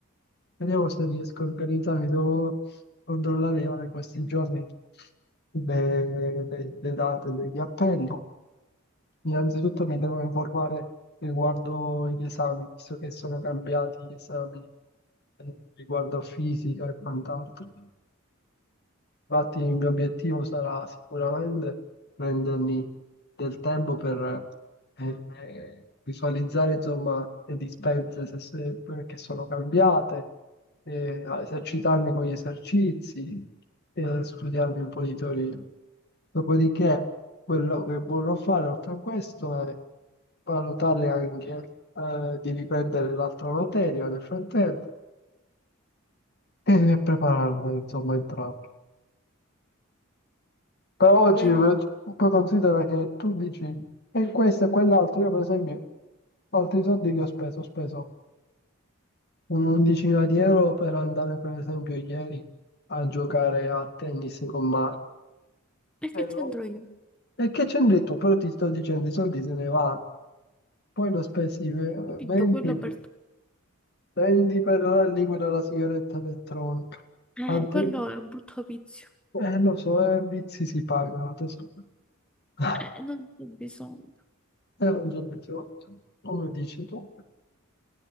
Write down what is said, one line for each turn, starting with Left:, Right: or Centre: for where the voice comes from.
Left: Vediamo se riesco a organizzarmi. Devo controllare ora in questi giorni le, le- le date degli appelli. Innanzitutto mi devo informare riguardo gli esami, visto che sono cambiati gli esami eh, riguardo a fisica e quant'altro. Infatti il mio obiettivo sarà sicuramente prendermi del tempo per eh, visualizzare insomma le dispense se- se- che sono cambiate, eh, a esercitarmi con gli esercizi e studiarmi un po' di teoria. Dopodiché quello che vorrò fare oltre a questo è valutare anche eh, di riprendere l'altra materia nel frattempo e prepararmi insomma entrambi. Però oggi
Centre: Lei-
Left: eh, poi considera che tu dici e questo e quell'altro. Io, per esempio, altri soldi che ho speso, ho speso un'undicina di euro per andare, per esempio, ieri a giocare a tennis con Mario.
Centre: E che
Left: E, ho-
Centre: c'entro io?
Left: e che c'entri tu? Però ti sto dicendo, i soldi se ne vanno. Poi ne ho spesi ve-
Centre: Capito,
Left: 20,
Centre: quello per te.
Left: 20 per la liquida della sigaretta elettronica.
Centre: Eh,
Left: Altri-
Centre: quello è un brutto vizio.
Left: eh, lo so, eh, vizi si pagano, tesoro. <laughs>
Centre: Eh, non c'è bisogno.
Left: Era un giorno di otto, come dici tu.